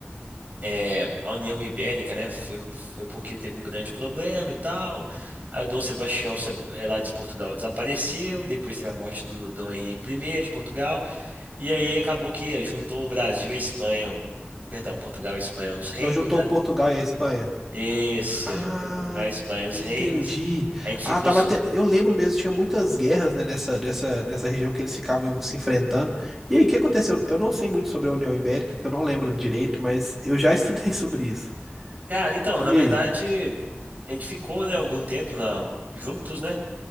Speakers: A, on the right; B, in the centre.
A: é, a União Ibérica, né, foi, foi porque teve um grande problema e tal. Aí o Dom Sebastião, se- é lá de Portugal, desapareceu, e depois teve a morte do Dom Henrique I de Portugal. E aí acabou que juntou o Brasil e a Espanha. Perdão, Portugal e Espanha, os reinos,
B: Nós juntou
A: né?
B: o Portugal e a Espanha.
A: Isso,
B: Ah,
A: juntou Portugal e Espanha, os
B: entendi.
A: reinos. A gente ficou.
B: Ah, tava
A: su-
B: te... Eu lembro mesmo, tinha muitas guerras, né, nessa, nessa, nessa região que eles ficavam se enfrentando. E aí, o que aconteceu? Eu não sei muito sobre a União Ibérica, que eu não lembro direito, mas eu já estudei <laughs> sobre isso.
A: Cara, então, na
B: E
A: verdade,
B: aí?
A: a gente ficou, né, algum tempo na... juntos, né?